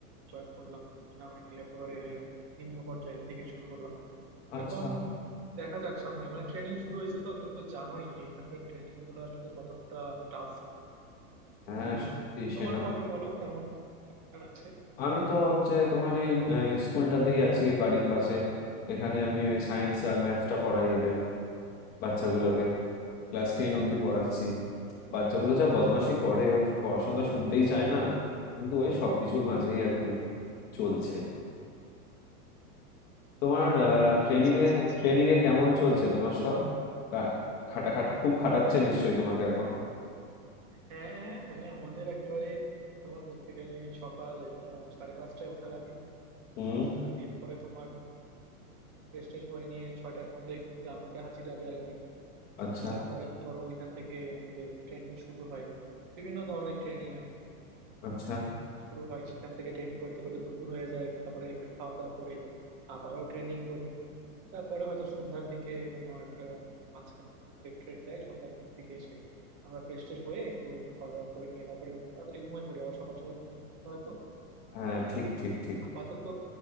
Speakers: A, on the right (about 30°); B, on the left (about 20°).
A: জয়েন করলাম সেনাবাহিনীর একেবারে নিম্ন পর্যায়ে থেকে শুরু করলাম
B: আচ্ছা
A: এখন দেখা যাক সামনে মানে ট্রেনিং শুরু হয়েছে তো তুমি তো জানোই এখানকার ট্রেনিং গুলো আসলে কতটা টাফ শুরু
B: হ্যাঁ
A: করলাম
B: সত্যি
A: তোমার
B: সেনা
A: খবর বলো কেমন যাচ্ছে
B: আমি তো হচ্ছে তোমার এই আহ, স্কুলটাতেই আছি বাড়ির পাশে এখানে আমি ওই সায়েন্স আর ম্যাথটা পড়াই এদের বাচ্চাগুলোকে ক্লাস টেন অব্দি পড়াচ্ছি বাচ্চাগুলো যা বদমাশি করে ও পড়াশোনা শুনতেই চায় না কিন্তু ওই সবকিছুর মাঝেই আর কি চলছে তোমার ট্রেনিং
A: আচ্ছা আচ্ছা
B: এ
A: আচ্ছা
B: ট্রেনিং এ কেমন চলছে তোমার সব কা- খাটা খাটা খুব খাটাচ্ছে নিশ্চয়ই তোমাকে এখন
A: হ্যাঁ হ্যাঁ মানে আমাদের একেবারে তোমার বলতে গেলে সকাল আহ, সাড়ে পাঁচটায় ওঠা লাগে
B: হুম
A: আর এরপরে তোমার ফ্রেশ ট্রেশ হয়ে নিয়ে ছয়টার মধ্যে গ্রাউন্ডে হাজিরা দেওয়া লাগে
B: আচ্ছা
A: তারপরে ধরো ওইখান থেকে আমাদের ট্রেনিং শুরু হয় বিভিন্ন ধরনের ট্রেনিং আর কি
B: আচ্ছা
A: শুরু হয় সেখান থেকে ট্রেনিং করতে করতে দুপুর হয়ে যায় তারপরে একটু খাওয়া দাওয়া করে আবারও ট্রেনিং করি তারপরে হয়তো সন্ধ্যার দিকে তোমার আহ, মাঝখানে একটু ব্রেক ট্রেক দেয় সন্ধ্যার দিকে এসে আমরা ফ্রেশ ট্রেশ হয়ে একটু খাওয়া দাওয়া করে নিয়ে তারপরে তাড়াতাড়ি ঘুমিয়ে পড়ি আবার সকাল সকাল উঠতে হয় তো
B: হ্যাঁ ঠিক ঠিক ঠিক
A: আপাতত